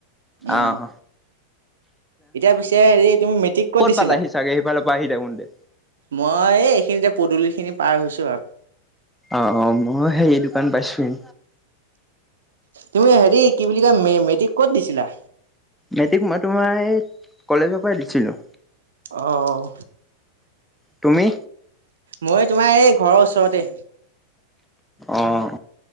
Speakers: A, on the right; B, in the centre.
A: উম!
B: আহ।
A: এতিয়া পিছে হেৰি তুমি মেট্ৰিক ক'ত দিছিলা?
B: পালাহি চাগে সেইফালৰ পৰা আহি থাকোতে?
A: মই এইখিনিতে পদূলি খিনি পাৰ হৈছো আৰু।
B: অ' অ' মই সেই দোকান পাইছোহি।
A: তুমি হেৰি কি বুলি কয়, মেট্ৰিক ক'ত দিছিলা?
B: মেট্ৰিক মই তোমাৰ এই কলেজৰ পৰাই দিছিলো।
A: আহ।
B: তুমি?
A: মই তোমাৰ এই ঘৰৰ ওচৰতে।
B: আহ।